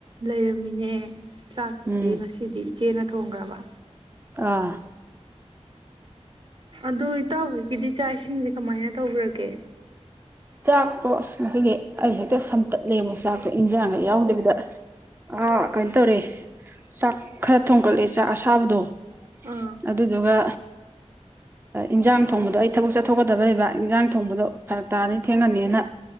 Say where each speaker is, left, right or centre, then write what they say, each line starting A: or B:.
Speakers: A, on the right; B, on the right.
A: ꯂꯩꯔꯝꯃꯤꯅꯦ ꯆꯥꯛꯄꯨꯗꯤ
B: ꯎꯝ
A: ꯉꯁꯤꯗꯤ ꯏꯆꯦꯅ ꯊꯣꯡꯈ꯭ꯔꯕ
B: ꯑꯥ
A: ꯑꯗꯨ ꯏꯇꯥꯎꯍꯣꯏꯒꯤꯗꯤ ꯆꯥꯛ ꯏꯁꯤꯡꯁꯦ ꯀꯃꯥꯏꯅ ꯇꯧꯈ꯭ꯔꯒꯦ
B: ꯆꯥꯛꯇꯣ ꯑꯁ ꯑꯩꯈꯣꯏꯒꯤ ꯑꯩ ꯍꯦꯛꯇ ꯁꯝꯇꯠꯂꯦꯕ ꯆꯥꯛꯇꯣ ꯏꯟꯖꯥꯡꯒ ꯌꯥꯎꯗꯕꯤꯗ ꯑꯥ ꯀꯩꯅꯣ ꯇꯧꯔꯦ ꯆꯥꯛ ꯈꯔ ꯊꯣꯡꯀꯠꯂꯦ ꯆꯥꯛ ꯑꯁꯥꯕꯗꯣ
A: ꯑꯥ
B: ꯑꯗꯨꯗꯨꯒ ꯏꯟꯖꯥꯡ ꯊꯣꯡꯕꯗꯣ ꯑꯩ ꯊꯕꯛ ꯆꯠꯊꯣꯛꯀꯗꯕ ꯂꯩꯕ ꯏꯟꯖꯥꯡ ꯊꯣꯡꯕꯗꯣ ꯐꯔꯛ ꯇꯥꯅꯤ ꯊꯦꯡꯉꯅꯤꯅ